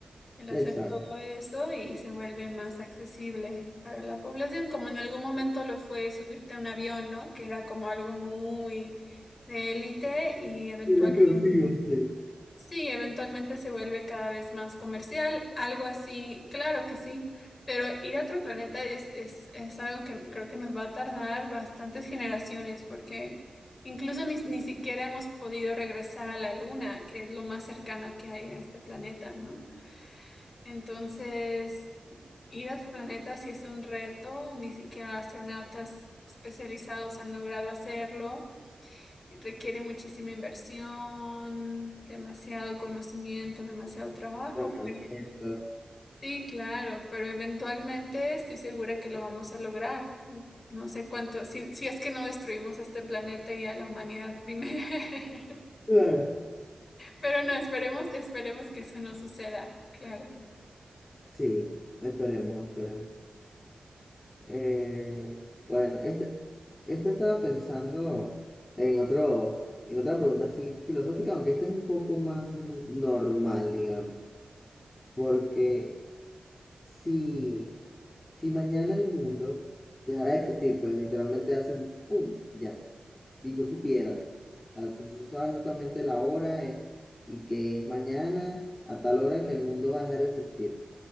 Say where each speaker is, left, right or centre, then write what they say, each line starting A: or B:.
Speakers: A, on the left; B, on the left.
A: el hacer
B: Exacto.
A: todo eso y se vuelve más accesible para la población, como en algún momento lo fue subirte a un avión, ¿no? Que era como algo muy de élite y eventualmente
B: Mira que lo sigo. Sí.
A: Sí, eventualmente se vuelve cada vez más comercial, algo así, claro que sí, pero ir a otro planeta es, es, es algo que creo que nos va a tardar bastantes generaciones porque incluso ni, ni siquiera hemos podido regresar a la Luna, que es lo más cercano que hay a este planeta, ¿no? Entonces, ir a otro planeta sí es un reto, ni siquiera astronautas especializados han logrado hacerlo. Requiere muchísima inversión, demasiado conocimiento, demasiado trabajo,
B: Entrenamiento.
A: pero sí, claro, pero eventualmente estoy segura que lo vamos a lograr. No sé cuánto, si, si es que no destruimos este planeta y a la humanidad primero. <laughs>
B: Claro.
A: Pero no, esperemos, esperemos que eso no suceda, claro.
B: Sí, esperemos, esperemos. Eh, bueno, este, esta estaba pensando en otro, en otra pregunta así filosófica, aunque esta es un poco más mm, normal, digamos. Porque si, si mañana el mundo dejara de existir, pues literalmente hace un pum, ya, y tú supieras, o sea, tú tú sabes justamente la hora eh, y que es mañana a tal hora que el mundo va a dejar de existir.